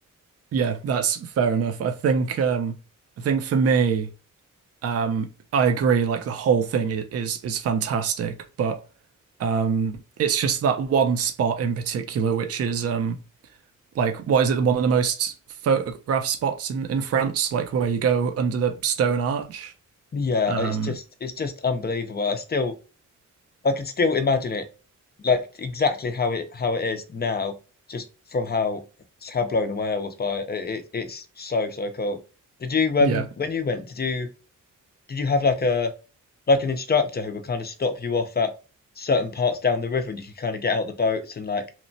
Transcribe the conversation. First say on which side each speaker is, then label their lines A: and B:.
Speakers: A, on the right; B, on the left.
A: yeah, that's fair enough. I think um I think for me, um I agree like the whole thing i- is is fantastic, but um it's just that one spot in particular which is um like what is it one of the most photographed spots in in France like where you go under the stone arch.
B: Yeah,
A: Um
B: it's just it's just unbelievable. I still I can still imagine it like exactly how it how it is now, just from how just how blown away I was by it. It, it it's so so cool. Did you um
A: yeah,
B: when you went, did you did you have like a like an instructor who would kind of stop you off at certain parts down the river and you could kind of get out the boats and like